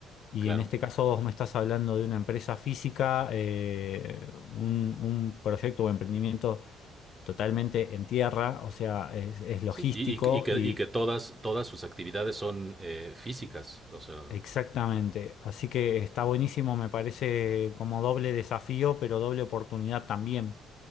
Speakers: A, on the left; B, on the right.
A: Y
B: Claro.
A: en este caso vos me estás hablando de una empresa física, eh, un, un proyecto o emprendimiento totalmente en tierra, o sea, es, es logístico
B: Sí, y, y- y que,
A: y
B: y que todas, todas sus actividades son eh, físicas. O sea,
A: Exactamente, así que está buenísimo, me parece como doble desafío, pero doble oportunidad también.